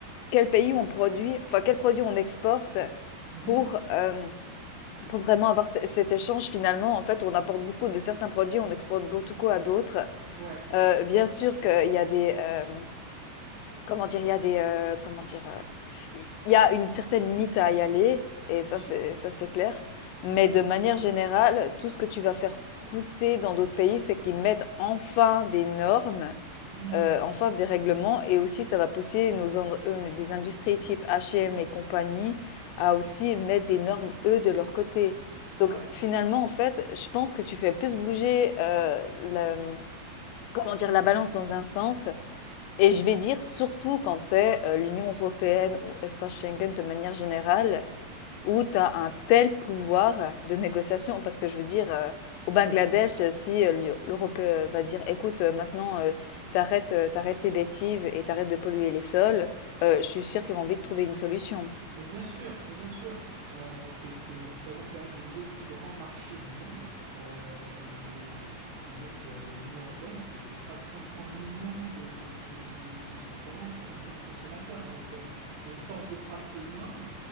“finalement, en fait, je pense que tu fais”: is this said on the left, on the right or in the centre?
Left